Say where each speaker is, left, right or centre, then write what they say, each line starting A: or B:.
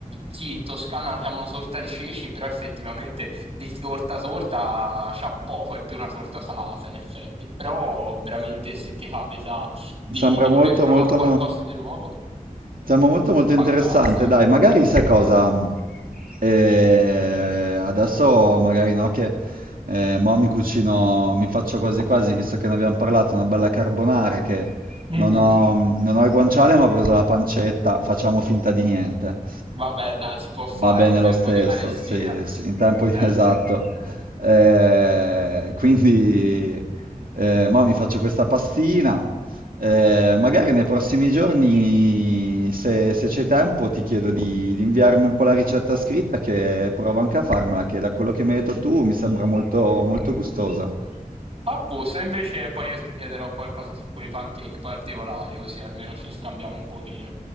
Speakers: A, on the right; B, on the right.
A: sì, in Toscana la chiamano torta di ceci, però effettivamente di torta torta c'ha poco, è più una torta salata in effetti. Però veramente se ti capita di,
B: Sembra
A: di voler
B: molto,
A: provare
B: molto,
A: qualcosa di nuovo,
B: sembra molto, molto
A: fantastica.
B: interessante. Dai, magari sai cosa? Eh, adesso magari no, che eh, mo mi cucino, mi faccio quasi quasi, visto che ne abbiamo parlato, una bella carbonara che
A: Mhm.
B: non ho, non ho il guanciale, ma ho preso la pancetta, facciamo finta di niente.
A: Vabbè, dai, si può fare
B: Va bene
A: in tempo
B: lo stesso,
A: di carestia.
B: sì, sì, in tempo di-
A: Eh
B: <laughs> esatto.
A: sì.
B: Eh, quindi, eh, mo mi faccio questa pastina. Eh, magari nei prossimi giorni, se, se c'è tempo, ti chiedo di, di inviarmi un po' la ricetta scritta, che provo anche a farmela, che da quello che mi hai detto tu mi sembra molto, molto gustosa.
A: A posto, invece poi io ti chiederò qualcosa su quei pancake particolari, così almeno ci scambiamo un pochino.